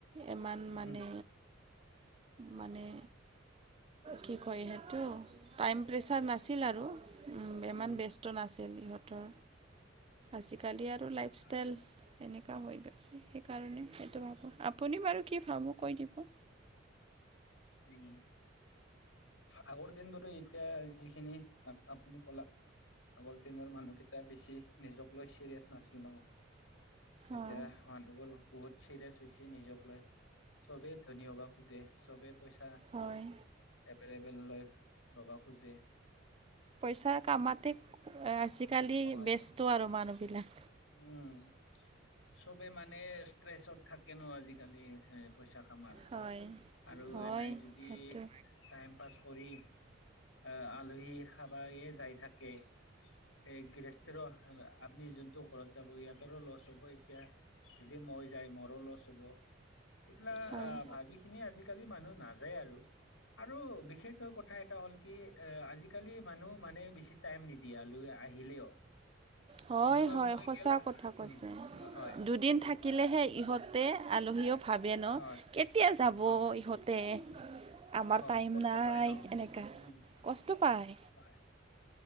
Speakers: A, on the right (about 30°); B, on the left (about 75°).
A: ইমান মানে
B: উম
A: মানে কি কয় সেইটো টাইম প্ৰেচাৰ নাছিল আৰু ইমান
B: উম
A: বেষ্ট স্ত নাছিল ইহঁতৰ আজিকালি আৰু লাইফষ্টাইল
B: হয়
A: এনেকুৱা হৈ গৈছে সেইকাৰণে সেইটো ভাবোঁ আপুনি বাৰু কি ভাবোঁ কৈ দিব
B: উম আগৰ দিন ধৰো এতিয়া যিখিনি আপুনি কলাক আগৰ দিনৰ মানুহ কেইটা তেতিয়া বেছি নিজক লৈ চিৰিয়াচ নাছিল ন এতিয়া
A: অঁ
B: মানুহবোৰ বহুত চিৰিয়াছ হৈছে নিজক লৈ চবেই ধনী হব খোজে চবে পইচা
A: হয়
B: ফবেল লৈ ৰবা খোজি
A: পইচা কামাতে আজিকালি
B: নহয়
A: ব্যস্ত আৰু মানুহবিলাক
B: উম চবে মানে ষ্ট্ৰেচত থাকেনো আজিকালি পইচা কামাৰ
A: হয়
B: আৰু
A: হয়
B: এনেই যদি
A: সেইটো
B: টাইম পাছ কৰি আহ আলহী খাবে যাই থাকে এই গৃহস্থিৰ আপ্নি যোনটো ত যাব ইয়াতৰো লছ হ'ব এতিয়া যদি মই যাই মোৰো লছ হ'ব এইগিলা
A: হয়
B: আহ ভাবি খিনি আজিকালি মানুহ নাযায় আৰু আৰু বিশেষকৈ কথা এটা হ'ল কি এ আজিকালি মানুহ মানে বেছি টাইম নিদিয়ে ইয়ালৈ আহিলেও।
A: হয়
B: যেনিবা
A: হয়,
B: মই
A: সঁচা
B: গেলা
A: কথা কৈছে
B: উম হয়
A: দুদিন থাক থাকিলেহে ইহঁতে আলহীয়েও ভাবে ন
B: হয়
A: কেতিয়া যাব
B: অ
A: ইহঁত তে আমাৰ
B: অ
A: টাইম
B: কষ্ট
A: নাই
B: পায় ন উম
A: এনেকুৱা
B: উম
A: কষ্ট পায়।
B: হয়